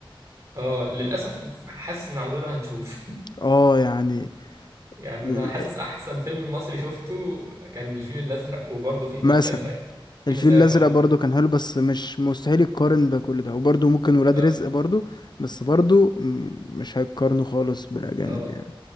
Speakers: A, on the right; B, on the left.
A: اه للاسف حاسس ان عمرنا ما هنشوف
B: اه يعني
A: <laughs> يعني
B: ال-
A: انا حاسس احسن فيلم مصري شفته كان الفيل الازرق وبرضه في
B: مثلا
A: مسافه يعني في
B: الفيل
A: مسافه
B: الازرق
A: اه
B: برضو كان حلو بس مش مستحيل يتقارن بكل ده وبرضو ممكن ولاد
A: اه
B: رزق برضو بس برضو م- مش هيتقارنوا خالص بالاجانب
A: اه
B: يعني